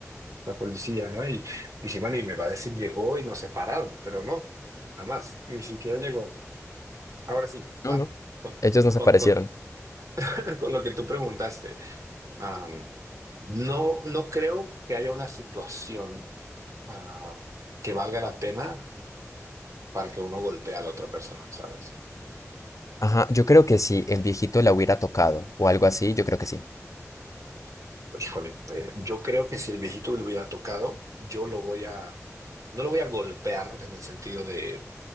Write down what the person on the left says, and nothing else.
No,
no. Ellos no se
aparecieron.
Ajá, yo creo que si el viejito la hubiera tocado o algo así, yo creo que sí.